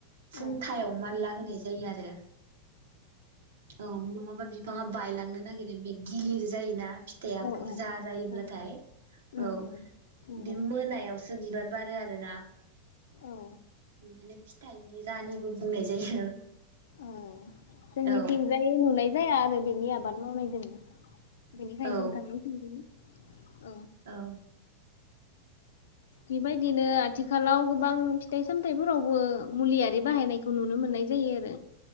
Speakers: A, on the right (about 85°); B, on the left (about 85°).
A: फुंथायाव
B: औ
A: मानला होनाय जायो आरो औ नङाबा बिफ बिफाङा बायलांनो नागिरो बि गिलिर जायोना फिथाइआ
B: औ
A: बुरजा जायोब्लाथाय
B: औ उम
A: औ
B: उम नंगौ
A: बे मोनायावसो बिबार बारो आरोना
B: औ
A: बिदिनो फिथाइनि रानिबो बुंनाय जायो
B: औ जोंनिथिंजाय
A: औ
B: नुनाय जाया आरो बिनि आबाद मावनाय जों। बेनिखायनो
A: औ
B: नोंथांनियाव सोंदों। औ
A: औ।
B: बेबायदिनो आथिखालाव गोबां फिथाइ सामथाइफोरावबो मुलियारि बाहायनायखौ नुनो मोननाय जायो आरो।